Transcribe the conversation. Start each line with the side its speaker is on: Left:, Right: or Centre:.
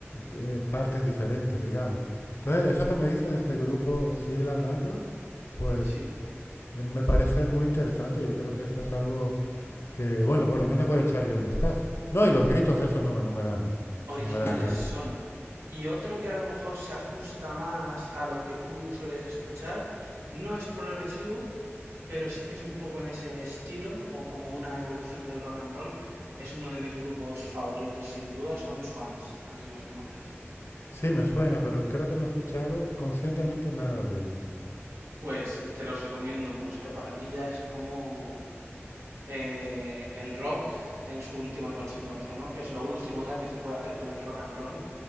Left: eh, partes diferentes, digamos. Entonces, eso que me dices de este grupo, Seal and Ardor, pues
Right: Sí.
Left: eh, me parece muy interesante. Yo creo que eso es algo que, bueno, por lo menos voy a echarle un vistazo. No, y los gritos, eso no me, no me dan,
Right: Originales
Left: no me dan terror.
Right: son. Y otro que a lo mejor se ajusta más a lo que tú sueles escuchar, no es progresivo, pero sí que es un poco en ese estilo o como una evolución del rock and roll. Es uno de mis grupos favoritos sin duda, son Swans. No sé si los conoces.
Left: Sí, me suena, pero creo que no he escuchado conscientemente nada de ellos.
Right: Pues te los recomiendo mucho, ¿eh? Para mí ya es como eh, el rock en su última consecuencia, ¿no? Que es lo último ya que se puede hacer con el rock and roll